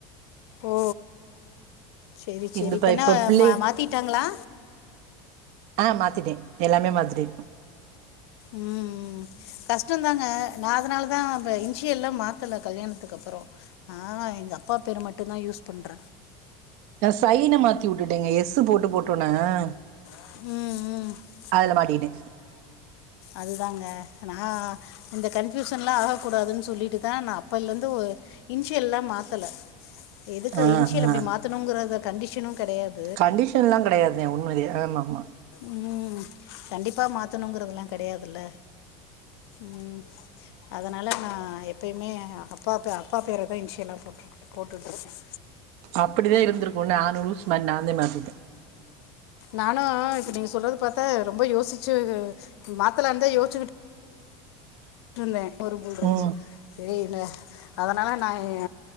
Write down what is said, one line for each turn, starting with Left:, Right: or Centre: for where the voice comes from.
Left: ஓ சேரி சேரி
Right: இந்தப்ப
Left: இப்ப என்ன
Right: பிள்ளை
Left: ம மாத்திட்டாங்களா
Right: ஆ மாத்திட்டே எல்லாமே மாத்திட்டே
Left: ம் ம் கஷ்டதாங்க நா அதனால தா ப இன்சியல்லா மாத்தல கல்யாணத்துக்கு அப்றோ ஆ எங்க அப்பா பேரு மட்டுந்தா யூஸ் பண்ற
Right: நா சைன மாத்திவுட்டுடேங்க எஸ்ஸு போட்டு போட்டுவனாக
Left: ம் ம்
Right: அதுல மாட்டிகிட்டே
Left: அதுதாங்க நா இந்த கன்ஃபியூசன்ல்லா ஆக கூடாதுன்னு சொல்லிட்டுதா நா அப்பலந்து ஒ இன்ஷியல்லா மாத்தல எதுக்கு
Right: ஆ
Left: இன்ஷியல்
Right: ஆ
Left: அப்டி மாத்துணுங்கறத கண்டிஷனு கெடையாது
Right: கண்டிஷன்ல்லா கடையாதே உண்மைலயே ஆமா ஆமா
Left: ம் கண்டிப்பா மாத்தணுங்கறதுலா கடையாதுல்ல ம் அதனால நா எப்பயுமே அப்பா பே அப்பா பேர தா இன்ஷியலா போட்ருக் போட்டுட்ருக்கே
Right: அப்படிதா இருந்துருக்கு நானு லூசு மாரி நான்ந்தே மத்திட்டே
Left: நானு இப்ப நீங்க சொல்றது பாத்தா ரொம்ப யோசிச்சி மாத்தலாந்தா யோசிச்சிக்கிட்டு ந்தே ஒரு புல் இருக்கு
Right: ம்
Left: சேரி என்ன அதனால நா ஏ